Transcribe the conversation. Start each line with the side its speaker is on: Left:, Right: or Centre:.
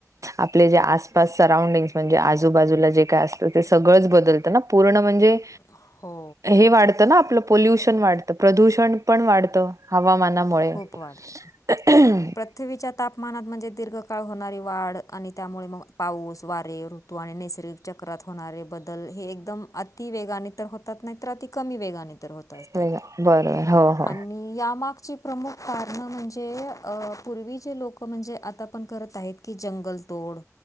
Right: आपले जे आसपास सराउंडिंग, म्हणजे आजूबाजूला जे काय असतं ते, सगळंच बदलतं ना. पूर्ण म्हणजे
Left: हो.
Right: हे वाढतं ना, आपलं पल्युशन वाढत, प्रदूषण पण वाढतं हवामाना मुळे
Left: खूप वाढतं
Right: <unintelligible>
Left: पृथ्वीच्या तापमानात म्हणजे दीर्घकाळ होणारी वाढ, आणि त्यामुळे म पाऊस वारे तो आणि, निसर्ग चक्रात होणारे बदल, हे एकदम आत ती वेगाने तर होतात, नाही तर अती कमी वेगाने तर होत असतात,
Right: वेग- बरोबर हो हो
Left: आणि यामाग प्रमुख कारण म्हणजे, अ पूर्वी जे लोक म्हणजे, आता पण करत आहेत, की जंगलतोड